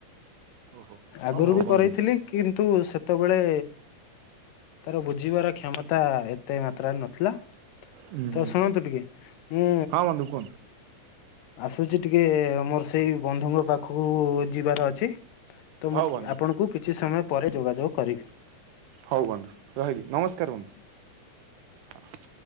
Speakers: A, on the right (about 80°); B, on the left (about 90°).
A: ଓହୋ
B: ଆଗରୁ
A: ହଉ
B: ବି
A: ବନ୍ଧୁ।
B: କରରେଇଥିଲି କିନ୍ତୁ ସେତେବେଳେ ତାର ବୁଝିବାର କ୍ଷମତା ଏତେ ମାତ୍ରାରେ ନଥିଲା।
A: ହୁଁ।
B: ତ ଶୁଣନ୍ତୁ ଟିକେ ମୁଁ
A: ହଁ ବନ୍ଧୁ କୁହନ୍ତୁ
B: ଆସ ଟୁଛି ଟିକେ ମୋର ସେଇ ବନ୍ଧୁଙ୍କ ପାଖକୁ ଯିବାର ଅଛି। ତ
A: ହଉ
B: ମୁଁ
A: ବନ୍ଧୁ
B: ଆପଣଙ୍କୁ କିଛି ସମୟ ପରେ ଯୋଗାଯୋଗ କରିବି।
A: ହଉ ବନ୍ଧୁ ରହିଲି ନମସ୍କାର ବନ୍ଧୁ।